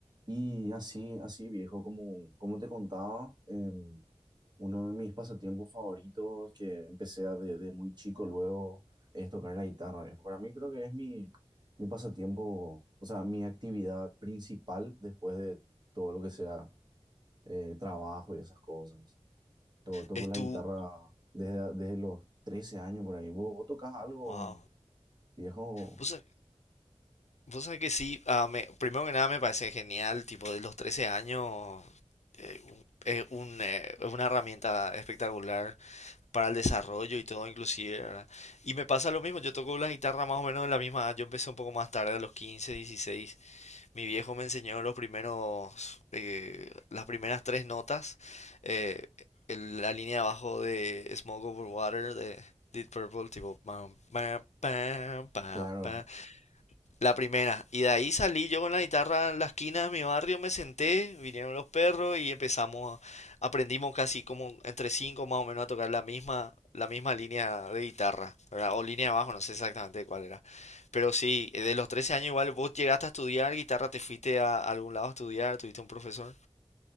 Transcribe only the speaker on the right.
Y así, así viejo, como, como te contaba, em, uno de mis pasatiempos favoritos que empecé a desde muy chico luego es tocar la guitarra, viejo. Para mí creo que es mi, mi pasatiempo, o sea, mi actividad principal después de todo lo que sea eh, trabajo y esas cosas. To- toco
la
guitarra desde, desde los 13 años por ahí. ¿Vos, vos tocas algo,
viejo?
Claro.